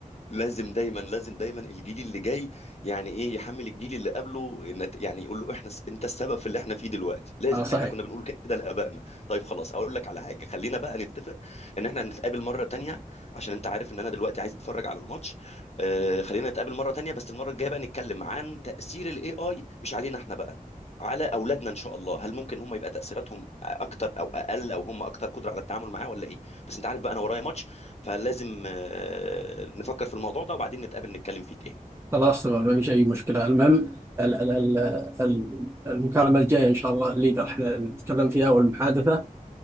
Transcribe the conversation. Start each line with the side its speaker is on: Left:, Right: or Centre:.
Left: لازم دايما لازم دايما الجيل اللي جاي يعني ايه يحمل الجيل اللي قبله إن- يعني يقول له احنا س- انت السبب في اللي احنا فيه دلوقتي لازم
Right: اه صحيح
Left: احنا كنا بنقول كده لابائنا طيب خلاص اقول لك على حاجه خلينا بقى نتفق ان احنا نتقابل مره تانية عشان انت عارف ان انا دلوقتي عايز اتفرج على الماتش آه خلينا نتقابل مره تانية بس المره الجايه بقى نتكلم عن تاثير الاي اي مش علينا احنا بقى على اولادنا ان شاء الله هل ممكن هم يبقى تاثيراتهم اكتر او اقل او هم اكتر قدره على التعامل معاه ولا ايه بس انت عارف بقى انا ورايا ماتش فلازم آه، نفكر في الموضوع ده وبعدين نتقابل نتكلم فيه تاني
Right: خلاص تمام ما فيش اي مشكله المهم ال- ال- ال- ال- المكالمه الجايه ان شاء الله اللي راح نتكلم فيها والمحادثه